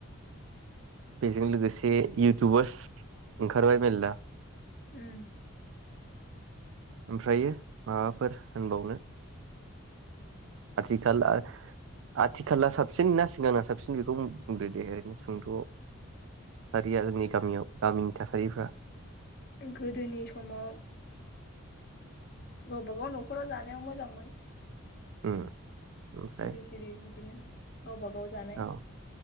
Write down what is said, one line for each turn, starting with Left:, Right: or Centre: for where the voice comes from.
Right: बेजों लोगोसे इउथुबारस ओंखारबाय मेरला ।
Left: उम।
Right: ओमफ्रायो माबाफोर होनबावनो? आथिखाल आथिखाला साबसिन ना सिगांना साबसिन बेखौ बुंदो दे ओरैनो सोंदआव थासारिया जोंनि गामियाव गामिनि थासारिफ्रा।
Left: गोदोनि समाव गावबा गाव नखराव जानायाव मोजांमोन।
Right: उम। ओमफ्राय
Left: सिरि सिरि बिदिनो गावबा गाव जानाय।
Right: औ